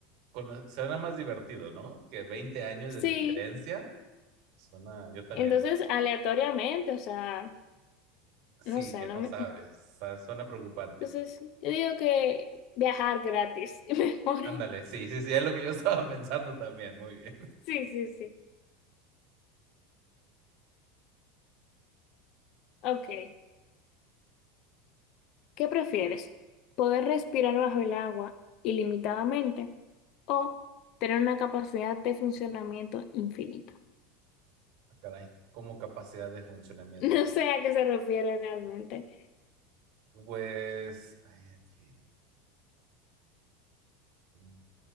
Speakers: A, on the right; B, on the left.
A: cono- Suena más divertido, ¿no? Que 20 años
B: Sí,
A: de diferencia. Suena, yo también.
B: entonces aleatoriamente, o sea,
A: Sí,
B: no sé,
A: que
B: no
A: no
B: me,
A: sabes. Sa- Suena preocupante.
B: Entonces, yo digo que viajar gratis <laughs> es mejor.
A: Ándale, sí, sí, sí, es lo que yo <laughs> estaba pensando también. Muy bien.
B: Sí, sí, sí. Ok. ¿Qué prefieres? ¿Poder respirar bajo el agua ilimitadamente o tener una capacidad de funcionamiento infinita? <laughs>
A: Ah, caray. Como capacidad de funcionamiento,
B: No
A: güey.
B: sé a qué se refiere realmente.
A: Pues. Ay, en fin. Tiene un